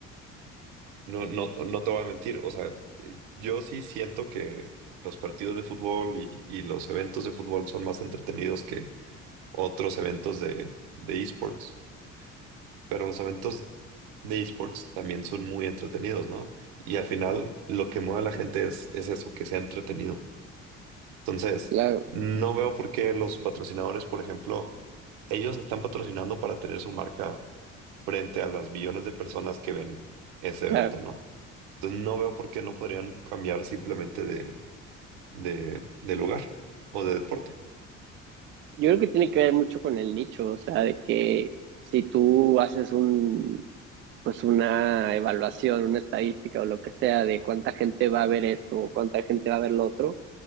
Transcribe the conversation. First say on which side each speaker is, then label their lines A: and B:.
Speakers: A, on the right; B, on the right.
A: no, no, no te voy a mentir, o sea, eh, yo sí siento que los partidos de fútbol y, y los eventos de fútbol son más entretenidos que otros eventos de, de esports, pero los eventos de esports también son muy entretenidos, ¿no? Y al final lo que mueve a la gente es, es eso, que sea entretenido. Entonces,
B: Claro,
A: no veo por qué los patrocinadores, por ejemplo, ellos están patrocinando para tener su marca frente a las millones de personas que ven ese
B: claro.
A: evento, ¿no? Entonces no veo por qué no podrían cambiar simplemente de, de, de lugar o de deporte.
B: Yo creo que tiene que ver mucho con el nicho, o sea, de que si tú haces un, pues una evaluación, una estadística o lo que sea de cuánta gente va a ver esto o cuánta gente va a ver lo otro,